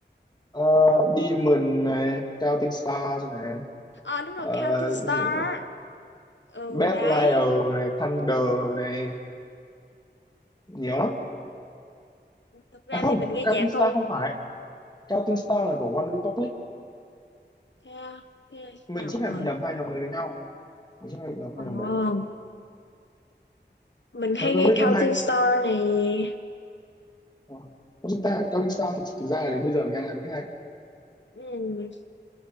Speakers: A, on the left; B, on the left.
A: Ờ, Demon này, Counting Stars này,
B: à đúng rồi
A: ờ,
B: Counting Star
A: gì nữa? nhỉ?
B: ừ
A: Bad
B: đấy
A: Liar này, Thunder này, nhiều lắm.
B: thực ra
A: À không,
B: thì mình nghe
A: Counting
B: nhạc
A: Star
B: thôi
A: không phải. Counting Star là của One Republic.
B: thế à, nghe
A: Mình
B: nhầm
A: suốt ngày
B: rồi
A: bị nhầm hai nhóm đấy với nhau. Mình suốt ngày bị nhầm
B: còn
A: hai nhóm đấy.
B: mình hay
A: One Republic
B: nghe
A: cũng
B: Counting
A: hay,
B: Star này
A: Ờ. Có chúng ta Cao Minh Star thực, thực ra là đến bây giờ nghe lại mới hay.
B: ừ.